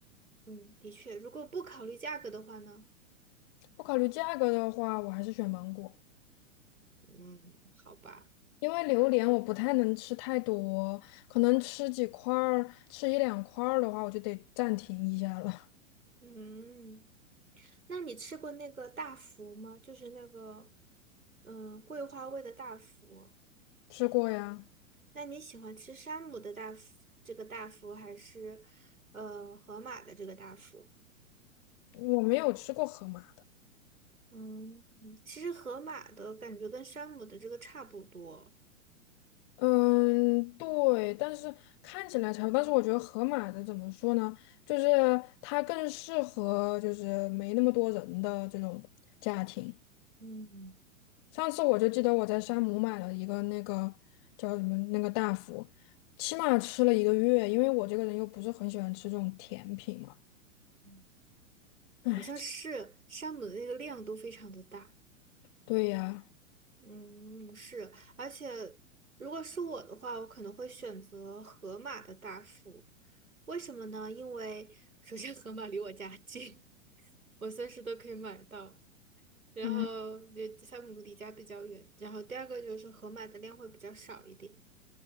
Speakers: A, on the right; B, on the left.
A: 嗯，的确，如果不考虑价格的话呢，
B: 不考虑价格的话，我还是选芒果，
A: 嗯，好吧，
B: 因为榴莲我不太能吃太多，可能吃几块儿，吃一两块儿的话，我就得暂停一下了。
A: 嗯，那你吃过那个大福吗？就是那个，嗯，桂花味的大福。
B: 吃过呀，
A: 那你喜欢吃山姆的大福，这个大福还是呃河马的这个大福？
B: 我没有吃过河马。
A: 嗯，其实河马的感觉跟山姆的这个差不多，
B: 嗯，对，但是看起来差不多。但是我觉得盒马的怎么说呢？就是它更适合就是没那么多人的这种家庭。
A: 嗯
B: 上次我就记得我在山姆买了一个那个叫什么那个大福，起码吃了一个月，因为我这个人又不是很喜欢吃这种甜品嘛。
A: 嗯，
B: 唉，
A: 好像是山姆的那个量都非常的大。
B: 对呀，
A: 嗯，是，而且如果是我的话，我可能会选择盒马的大福。为什么呢？因为首先盒马离我家近，<laughs> 我随时都可以买到。然后也山姆离家比较远，
B: 嗯，
A: 然后第二个就是盒马的量会比较少一点。